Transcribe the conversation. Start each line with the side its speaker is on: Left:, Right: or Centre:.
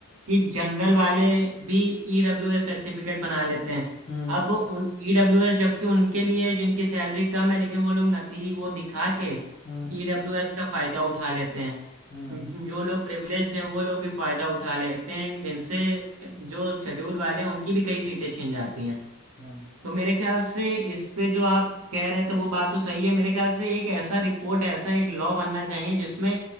Right: कि जनरल वाले भी ईडब्ल्यूएस सर्टिफिकेट बना लेते हैं
Left: हम्म
Right: अब उन ईडब्ल्यूएस जबकि उनके लिए जिनकी सैलरी कम है लेकिन वो लोग नकली वो दिखा के
Left: हम्म
Right: ईडब्ल्यूएस का फायदा उठा लेते हैं
Left: हम्म
Right: जो लोग प्रिविलेज्ड हैं वो लोग भी फायदा उठा लेते हैं जिनसे जो शेड्यूल वाले हैं उनकी भी कई सीटें छिन जाती हैं
Left: हम्म,
Right: तो मेरे ख्याल से इस पे जो आप कह रहे थे वो बात तो सही है मेरे ख्याल से एक ऐसा रिपोर्ट ऐसा एक लॉ बनना चाहिए जिसमें